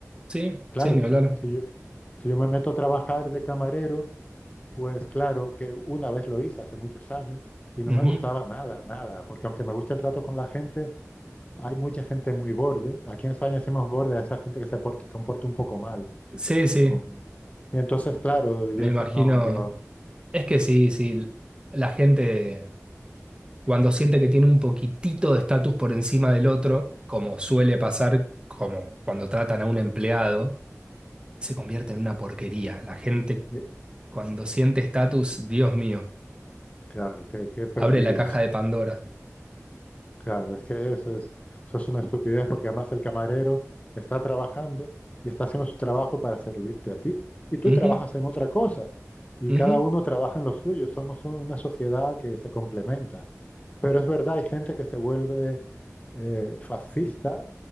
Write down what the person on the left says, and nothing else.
Claro,
si,
si yo, si yo me meto a trabajar de camarero, pues claro que una vez lo hice hace muchos años y no
me gustaba nada, nada, porque aunque me gusta el trato con la gente, hay mucha gente muy borde. Aquí en España decimos borde a esa gente que se porta, comporta un poco mal.
con- Y entonces, claro, yo
decía,
no, yo,
eh,
claro, que qué qué perdido.
Claro, es que eso es, eso es una estupidez porque además el camarero está trabajando y está haciendo su trabajo para servirte a ti. Y tú
trabajas en otra cosa y
cada uno trabaja en lo suyo. Somos un- una sociedad que se complementa. Pero es verdad, hay gente que se vuelve eh, fascista